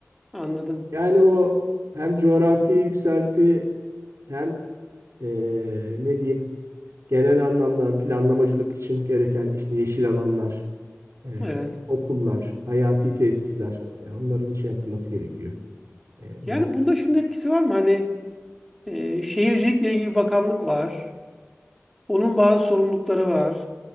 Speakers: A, in the centre; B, on the right (about 75°).
A: Anladım.
B: Yani o hem coğrafi yükselti hem e, ne diyeyim genel anlamda planlamacılık için gereken işte yeşil alanlar e,
A: Evet.
B: okullar, hayati tesisler e, onların şey yapılması gerekiyor. E,
A: Yani
B: düzgün.
A: bunda şunun etkisi var mı? Hani e, şehircilikle ilgili bir bakanlık var. Onun bazı sorumlulukları var.